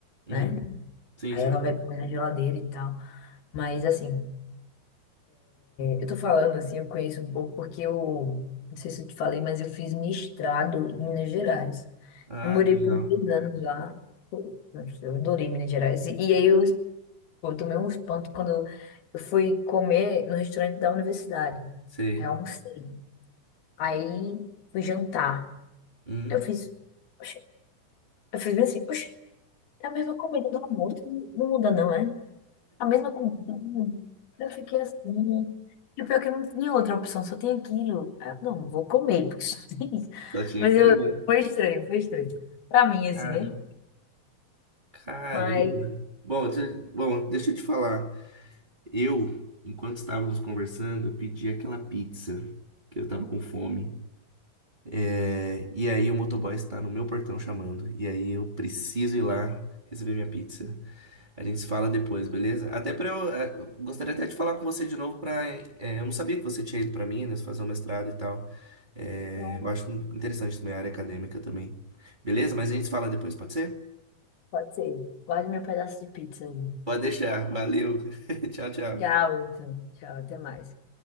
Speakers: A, on the right; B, on the left.
A: Uhum.
B: né?
A: Sim,
B: Aí
A: sim.
B: ela vai pôr na geladeira e tal. Mas assim, Eu tô falando assim, eu conheço um pouco porque eu, não sei se eu te falei, mas eu fiz mestrado em Minas Gerais.
A: Ah,
B: Eu morei
A: que legal.
B: por dois anos lá. Pô, nossa, Eu adorei Minas Gerais. E, e aí eu, pô, eu tomei um espanto quando eu fui comer no restaurante da universidade.
A: Sei.
B: Aí eu almocei. Aí fui jantar.
A: Uhum.
B: Eu fiz, oxe, eu fiz bem assim, oxe, é a mesma comida do almoço, não não muda não, é? a mesma comida. Eu fiquei assim. E o pior é que eu não tinha outra opção, só tem aquilo. Aí eu, não, vou comer, porque só tem isso.
A: Só tinha
B: Mas
A: aquilo,
B: eu,
A: né?
B: foi estranho, foi estranho. Pra mim, assim,
A: Caramba.
B: né?
A: Caramba.
B: Mas,
A: Bom, deixa, bom, deixa eu te falar. Eu, enquanto estávamos conversando, eu pedi aquela pizza, que eu estava com fome. É, e aí o motoboy está no meu portão chamando. E aí eu preciso ir lá receber minha pizza. A gente se fala depois, beleza? Até para eu, eh, eu gostaria até de falar com você de novo para, eu não sabia que você tinha ido para Minas fazer um mestrado e tal. Eh,
B: então,
A: eu acho interessante também a área acadêmica também. Beleza? Mas a gente se fala depois, pode ser?
B: pode ser. Guarde meu pedaço de pizza aí.
A: Pode deixar. Valeu. <laughs> Tchau, tchau.
B: Tchau, então. Tchau, até mais.